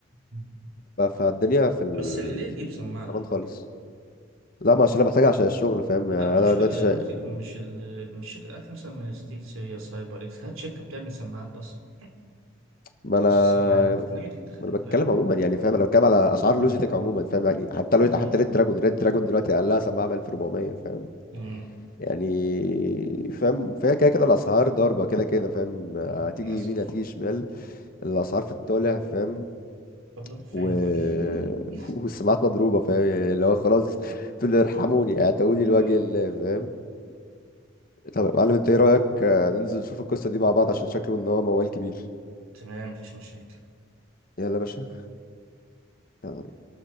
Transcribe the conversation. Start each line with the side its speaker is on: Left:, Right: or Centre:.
Right: مم.
Left: ف- فالدنيا في ال
Right: بس ال- ليه تجيب
Left: في
Right: سماعه
Left: الحرمان
Right: لوجيتك
Left: خالص لا ما عشان انا بحتاجها عشان الشغل فاهم يعني
Right: لا مش
Left: انا دلوقتي
Right: لوجيتك
Left: شا...
Right: لوجيتك مش ال... مش شركه هات مثلا من ستيل سيريا سايبر اكس هات شركه بتعمل سماعات بس
Left: ما
Right: تخصص
Left: انا
Right: سماعات لكن لوجيتك تخ...
Left: ما
Right: ت-
Left: انا بتكلم عموما يعني فاهم انا بتكلم على اسعار
Right: مم.
Left: لوجيتك عموما فاهم يعني حتى
Right: مم.
Left: لو... حتى ريد دراجون ريد دراجون دلوقتي اقلها سماعه ب 1400 فاهم
Right: مم.
Left: يعني فاهم فهي كده كده الاسعار ضاربه كده كده فاهم هتيجي
Right: للاسف
Left: يمين هتيجي شمال الاسعار في الطالع فاهم
Right: طب نروح فين
Left: و...
Right: طيب
Left: <laughs>
Right: <laughs>
Left: والسماعات مضروبه فاهم يعني اللي هو خلاص تقول لي ارحموني اعتقوني لوجه
Right: اه
Left: الله فاهم طب يا معلم انت ايه رايك آه، ننزل نشوف القصه دي مع بعض عشان شكله ان هو موال كبير
Right: تمام مفيش مشاكل
Left: يلا يا باشا يلا.